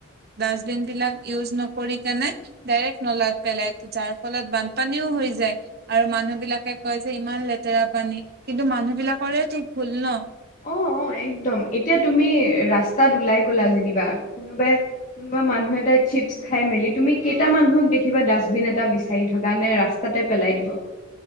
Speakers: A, on the right (about 45°); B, on the left (about 35°).
A: ডাষ্টবিন বিলাক ইউজ নকৰি কেনে ডাইৰেক্ট নলাত পেলাই, যাৰ ফলত বানপানীও হৈ যায়। আৰু মানুহ বিলাকে কয় যে ইমান লেতেৰা পানী, কিন্তু মানুহ বিলাকৰেই তু ভুল ন।
B: অঁ অঁ একদম। এতিয়া তুমি ৰাস্তাত ওলাই গ'লা যেনিবা। কোনোবাই কোনোবা মানুহে তাই চিপছ খাই মেলি, তুমি কেইটা মানুহক দেখিবা ডাষ্টবিন এটা বিচাৰি থকা নে ৰাস তাতে পেলাই দিব।